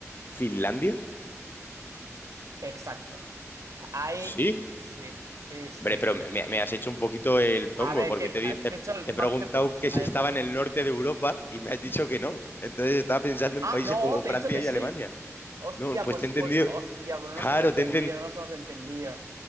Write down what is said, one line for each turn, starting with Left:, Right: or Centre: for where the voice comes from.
Left: Finlandia?
Right: Exacto. Ahí
Left: Sí.
Right: sí, sí, sí,
Left: Hombre, pero
Right: sí.
Left: me, me has hecho un poquito el tongo,
Right: A ver,
Left: porque
Right: que
Left: te, di- te,
Right: de hecho el
Left: te he
Right: map
Left: preguntado
Right: te... po-
Left: que
Right: A
Left: si
Right: ver,
Left: estaba
Right: cuenta.
Left: en el norte de Europa y me has dicho que no. Entonces estaba pensando en
Right: Ah,
Left: países
Right: no,
Left: como
Right: te
Left: Francia
Right: he dicho que
Left: y
Right: sí.
Left: Alemania.
Right: Hostia,
Left: No, pues
Right: pues,
Left: te he entendido.
Right: pues, hostia, pues no
Left: Claro,
Right: nos hemos entendido,
Left: te enten-
Right: no nos hemos entendido.